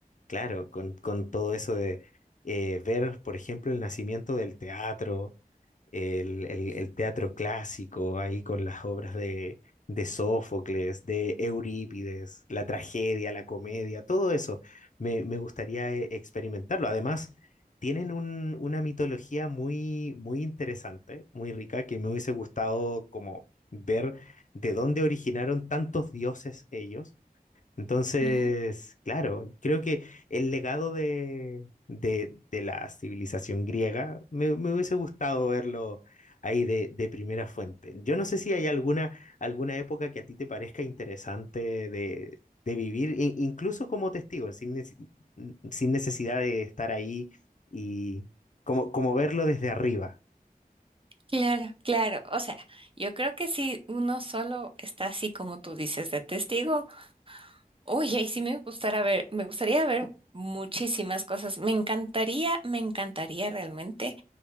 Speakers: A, on the left (about 55°); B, on the right (about 35°).
A: Claro, con, con todo eso de eh, ver, por ejemplo, el nacimiento del teatro, el, el- el teatro clásico, ahí con las obras de, de Sófocles, de Eurípides, la tragedia, la comedia, todo eso, me, me gustaría eh, experimentarlo. Además, tienen un- una mitología muy, muy interesante, muy rica, que me hubiese gustado como ver de dónde originaron tantos dioses ellos entonces,
B: Ujú.
A: claro, creo que el legado de, de, de la civilización griega me, me hubiese gustado verlo ahí de, de primera fuente. Yo no sé si hay alguna, alguna época que a ti te parezca interesante de, de vivir, i- incluso como testigo, sin, nece- sin necesidad de estar ahí y como, como verlo desde arriba,
B: Claro, claro. O sea, yo creo que si uno solo está así como tú dices de testigo, Uy, ahí sí me gustará ver, me gustaría ver muchísimas cosas. Me encantaría, me encantaría realmente